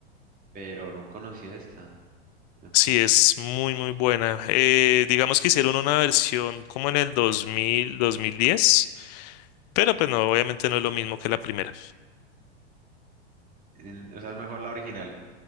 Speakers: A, on the right; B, on the left.
A: pero no conocía esta, me juro.
B: sí, es muy, muy buena. Eh, digamos que hicieron una versión como en el 2000, 2010, pero pues no, obviamente no es lo mismo que la primera.
A: En- O sea, es mejor la original.